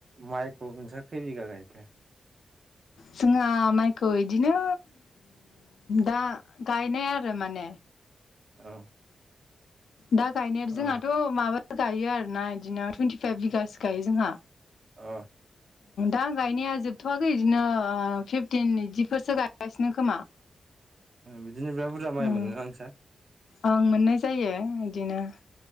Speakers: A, on the right; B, on the left.
A: माइखौ नोंस्रा खै बिगा गायखो
B: जोंहा माइखौ बिदिनो दा गायनाय आरो माने
A: औ
B: दा गायनाया
A: औ
B: जोंहाथ' माबा गायो आरोना बिदिनो टुइन्टिफाइभ बिगासो गायो जोंहा
A: अ
B: दां गायनाया जोबथ'वाखै बिदिनो फिफटिन बिदिफोरसो गायगासिनो खोमा
A: बिदिनो बिराद बुरजा माइ
B: उम
A: मोनोना नोंसा
B: ओं मोननाय जायो बिदिनो